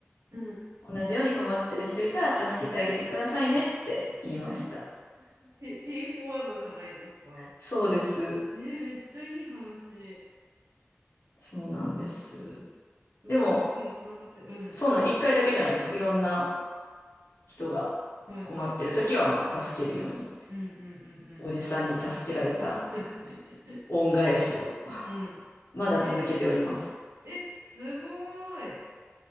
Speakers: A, on the right (about 85°); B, on the left (about 65°).
A: うん、うん、
B: 同じように困ってる人いたら助けてあげてくださいねって言いました。
A: えー、ペ、ペイフォワードじゃないですか。
B: そうです。
A: えー、めっちゃいい話。
B: そうなんです。
A: すごい、
B: でも、
A: しかもつながってる。うん。
B: そんな一回だけじゃないです。いろんな人が
A: はいはい。
B: 困ってる時は、まあ、助けるように、
A: うんうん
B: おじさんに助けられた
A: うんうん。そうですね。
B: 恩返しを、
A: <laughs> うん。
B: まだ続けております。
A: へえ、え、すごい。